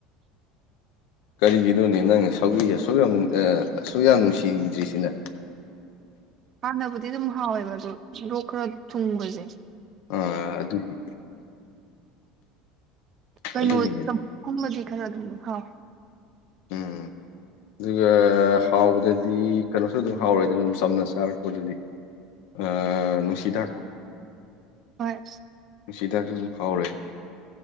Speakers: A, on the left (about 75°); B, on the right (about 45°).
A: ꯀꯔꯤꯒꯤꯅꯣꯅꯦ ꯅꯪ ꯁꯧꯒꯔꯤ ꯑꯁꯨꯛ ꯌꯥꯝ ꯑꯁꯨꯛ ꯌꯥꯝ ꯅꯨꯡꯁꯤꯒꯤꯗ꯭ꯔꯤꯁꯤ ꯅ
B: ꯍꯥꯟꯅꯕꯨꯗꯤ ꯑꯗꯨꯝ ꯍꯥꯎꯋꯦꯕ ꯑꯗꯣ ꯂꯣꯛ ꯈꯔ ꯊꯨꯡꯕꯖ‌ꯦ
A: ꯑꯥ ꯑꯗꯨꯒꯤ
B: ꯀꯩꯅꯣ
A: ꯑꯗꯨꯒꯤꯅꯦ
B: ꯆꯝꯐꯨꯠ ꯀꯨꯝꯕꯗꯤ ꯈꯔ ꯑꯗꯨꯝ ꯍꯥꯎꯋ‌ꯦ
A: ꯎꯝ ꯑꯗꯨꯒ ꯍꯥꯎꯕꯗꯗꯤ ꯀꯩꯅꯣꯁꯨ ꯑꯗꯨꯝ ꯍꯥꯎꯔꯦꯗꯅ ꯑꯗꯨꯝ ꯆꯝꯅ ꯆꯥꯔꯛꯄꯗꯨꯗꯤ ꯑꯩ ꯅꯨꯡꯁꯤ ꯗꯥꯛ
B: ꯍꯣꯏ
A: ꯅꯨꯡꯁꯤꯗꯥꯛꯁꯨ ꯑꯗꯨꯝ ꯍꯥꯎꯔꯦ